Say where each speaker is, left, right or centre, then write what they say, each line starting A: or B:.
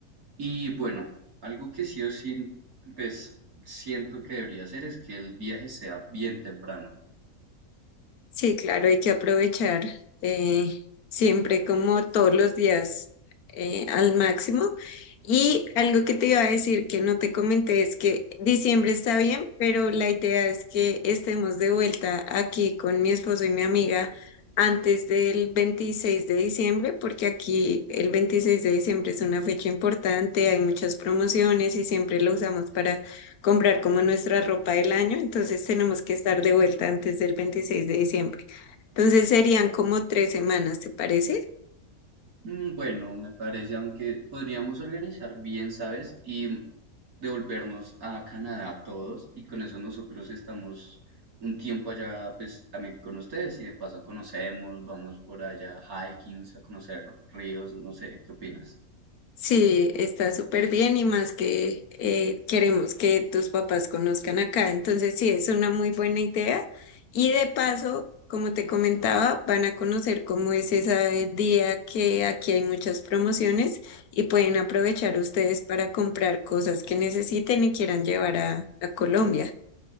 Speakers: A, on the right (about 80°); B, on the left (about 80°).
A: Y bueno, algo que sí o sí, pues siento que debería hacer es que el viaje sea bien temprano.
B: Sí, claro, hay que aprovechar eh, siempre como todos los días eh, al máximo. Y algo que te iba a decir que no te comenté es que diciembre está bien, pero la idea es que estemos de vuelta aquí con mi esposo y mi amiga antes del 26 de diciembre, porque aquí el 26 de diciembre es una fecha importante, hay muchas promociones y siempre lo usamos para comprar como nuestra ropa del año, entonces tenemos que estar de vuelta antes del 26 de diciembre. Entonces serían como tres semanas, ¿te parece?
A: Mm, Bueno, me parece, aunque podríamos organizar bien, ¿sabes? Y mm, devolvernos a Canadá todos y con eso nosotros estamos un tiempo allá, pues también con ustedes y de paso conocemos, vamos por allá hiking, a conocer ríos, no sé, ¿qué opinas?
B: Sí, está súper bien y más que eh, queremos que tus papás conozcan acá. Entonces, sí, es una muy buena idea. Y de paso, como te comentaba, van a conocer cómo es ese día que aquí hay muchas promociones y pueden aprovechar ustedes para comprar cosas que necesiten y quieran llevar a, a Colombia.